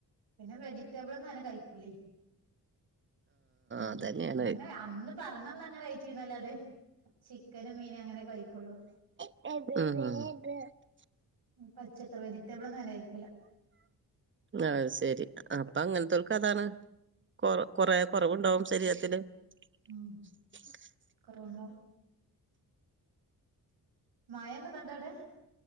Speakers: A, on the right (about 75°); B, on the right (about 30°).
A: പിന്നെ വെജിറ്റബിൾ ഒന്നും അങ്ങനെ കഴിക്കൂലേ ഇല്ല
B: അതന്നെയാണ്
A: അങ്ങനെ അന്ന് പറഞ്ഞണന്ന് അങ്ങനെ കയ്ച്ചിന്നല്ലാതെ ചിക്കനും മീനും അങ്ങനെ കഴിക്കൊള്ളൂ
B: ഉമ് ഉമ്
A: പച്ചക്കറി വെജിറ്റബിൾ ന്നും അങ്ങനെ കഴിക്കൂല
B: ആഹ് ശരി അപ്പൊ അങ്ങനത്തർക്ക് അതാണ് കൊറ കൊറ കുറവുണ്ടാവും ശരീരത്തില്
A: ഉമ്
B: എ <unintelligible>
A: കൊറവണ്ടോ മായണ്ടന്നട്ടവിടെ